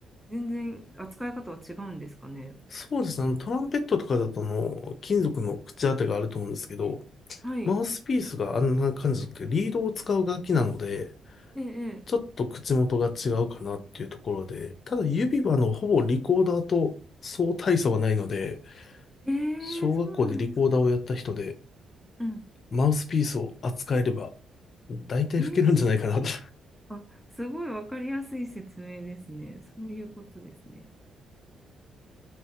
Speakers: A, in the centre; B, on the left.
A: 全然扱い方は違うんですかね。
B: そうですね。あの、トランペットとかだとあの、金属の口当てがあると思うんですけど、
A: はい。
B: マウスピースがあんな感じじゃなくて、リードを使う楽器なので、
A: ええ、
B: ちょっと口元が違うかなっていうところで、ただ指はあの、ほぼリコーダーとそう大差はないので、
A: ええ、ええそうなんですか。
B: 小学校でリコーダーをやった人で、
A: うん。
B: マウスピースを扱えれば、大体吹けるんじゃないかなと
A: ええ、あ、すごいわかりやすい説明ですね。そういうことですね。